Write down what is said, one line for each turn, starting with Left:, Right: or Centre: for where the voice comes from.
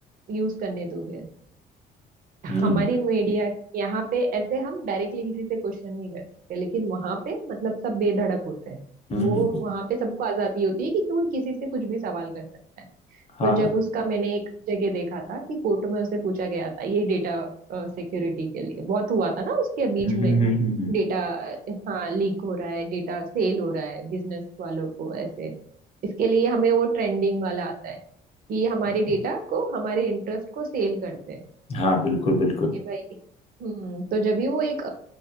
Right: यूज करने दोगे
Left: हम्म
Right: हमारी मीडिया यहाँ पे ऐसे हम डायरेक्टली किसी से क्वेश्चन नहीं कर सकते लेकिन वहां पे मतलब सब बेधड़क होते हैं
Left: हम्म
Right: वो
Left: हम्म,
Right: वहां पे सबको आजादी होती है कि कोई किसी से कुछ भी सवाल कर सकता है
Left: हाँ
Right: तो जब
Left: हाँ
Right: उसका मैंने एक जगह देखा था कि कोर्ट में उसे पूछा गया था ये डेटा सिक्योरिटी के लिए बहुत हुआ था ना उसके बीच
Left: हम्म
Right: में
Left: हम्म, ये हम्म, है हम्म,
Right: डेटा हाँ लीक हो रहा है डेटा सेल हो रहा है बिजनेस वालों को ऐसे इसके लिए हमें वो ट्रेंडिंग वाला आता है कि हमारे
Left: हम्म।
Right: डेटा को हमारे इंटरेस्ट को सेल करते हैं
Left: हाँ बिल्कुल बिल्कुल
Right: कि भाई हम्म तो जब भी वो एक